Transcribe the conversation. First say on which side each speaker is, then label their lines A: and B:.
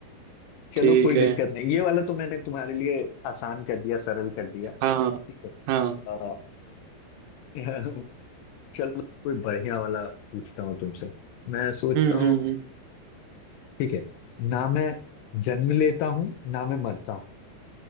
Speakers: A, on the left; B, on the right.
A: चलो
B: ठीक
A: कोई दिक्कत
B: है
A: नहीं ये वाला तो मैंने तुम्हारे लिए आसान कर दिया सरल कर दिया
B: हाँ
A: ठीक है
B: हाँ
A: आ, <laughs> चलो कोई बढ़िया वाला पूछता हूँ तुमसे मैं सोचता
B: हम्म
A: हूँ
B: हम्म हम्म
A: ठीक है ना मैं जन्म लेता हूँ ना मैं मरता हूँ